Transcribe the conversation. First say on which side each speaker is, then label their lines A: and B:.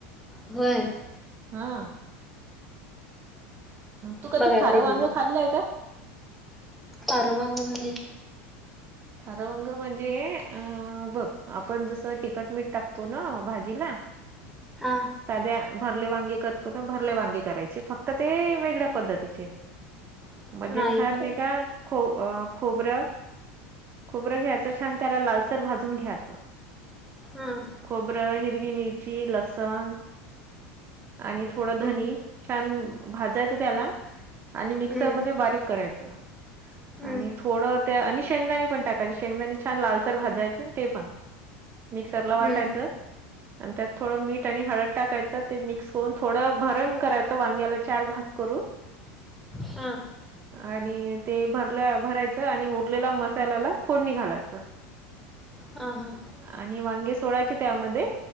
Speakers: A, in the centre; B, on the right.
A: व्हय.
B: हा. तू कधी
A: बघाय
B: खारं
A: पाहिजे
B: वांगं खाल्लंय का?
A: खारं वांगं म्हणजे?
B: खार वांग म्हणजे अ बघ, आपण जसं तीखट मीठ टाकतो ना भाजीला
A: हा.
B: साध्या भरले वांगे करतो ना, भरले वांगे करायचे फक्त ते वेगळ्या पद्धतीचे.
A: <inaudible>
B: म्हणजे छान
A: हा
B: नाही का खो खोबरं खोबरं घ्यायचं, छान त्याला लालसर भाजून घ्यायचं.
A: हुं.
B: खोबरं, हिरवी मिरची, लसण, आणि थोडं
A: हम्म
B: धनी छान भाजायचं त्याला आणि मिक्सरमध्ये
A: हम्म
B: बारीक करायचं
A: हम्म
B: आणि थोडं त्या आणि शेंगदाने पण टाकायची, शेंगदाणी छान लालसर भाजायची, ते पण मिक्सरला वाटायचं.
A: हम्म
B: आणि त्यात थोडं मीठ आणि हळद टाकायचं ते मिक्स करून, थोडं भरण करायचं वांग्याला चार भाग करून.
A: हू.
B: आणि ते भरल्या भरायचं आणि उरलेला मसाला त्याला ला फोडणी घालायच.
A: हा हा.
B: आणि वांगे सोडायचे त्यामध्ये